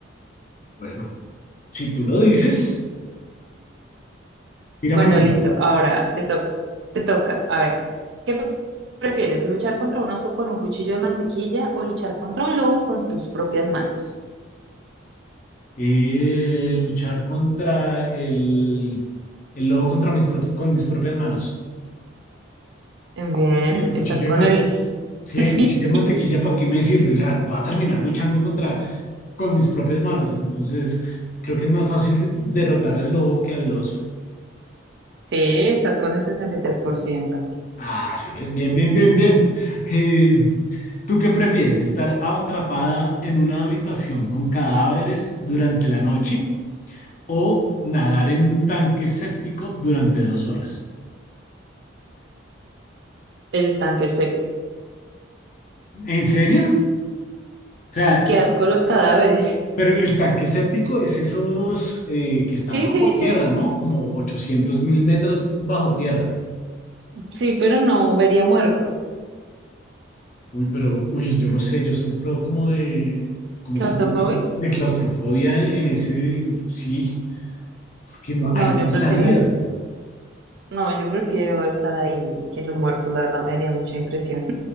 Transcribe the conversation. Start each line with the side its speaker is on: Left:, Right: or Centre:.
Left: Bueno, si tú lo dices, tírame
Right: Bueno,
Left: una.
Right: listo. Ahora te toca. Te toca. A ver, ¿qué pre- prefieres? ¿Luchar contra un oso con un cuchillo de mantequilla o luchar contra un lobo con tus propias manos?
Left: Eh, luchar contra el, el lobo contra mis propi- con mis propias manos.
Right: Em, Bien,
Left: Sí, El cuchillo
Right: estás con
Left: de mantequilla.
Right: el... <laughs>
Left: Sí,
Right: Sí,
Left: el cuchillo de mantequilla, ¿para qué me sirve? O sea, va a terminar luchando contra, con mis propias manos. Entonces, creo que es más fácil de- derrotar al lobo que al oso.
Right: estás con el 63%.
Left: Ah, sí, es bien, bien, bien, bien. Eh, ¿tú qué prefieres? ¿Estar atrapada en una habitación con cadáveres durante la noche o nadar en un tanque séptico durante dos horas?
Right: El tanque se...
Left: ¿En serio? O sea,
Right: Sí, qué asco los cadáveres. <laughs>
Left: Pero el tanque séptico es esos eh, que están
Right: Sí,
Left: bajo
Right: sí, sí.
Left: tierra, ¿no? Como ochocientos mil metros bajo tierra.
Right: Sí, pero no vería muertos.
Left: Uy, pero, uy, yo no sé, yo sufro como de, ¿cómo
Right: ¿Claustrofobia?
Left: se llama? De claustrofobia en ese, sí, porque no
Right: No,
Left: hay
Right: yo
Left: ni
Right: prefiero
Left: salida.
Right: eso. No, yo prefiero estar ahí que los muertos. La verdad me daría mucha impresión.